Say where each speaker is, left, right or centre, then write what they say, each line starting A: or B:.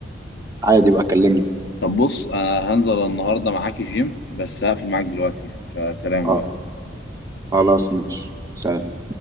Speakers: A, on the right; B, on the left.
A: عادي بقى كلمني
B: طب بص انا هنزل النهارده معاك الجيم بس هقفل معاك دلوقتي فسلام
A: آه،
B: بقى
A: خلاص ماشي سلام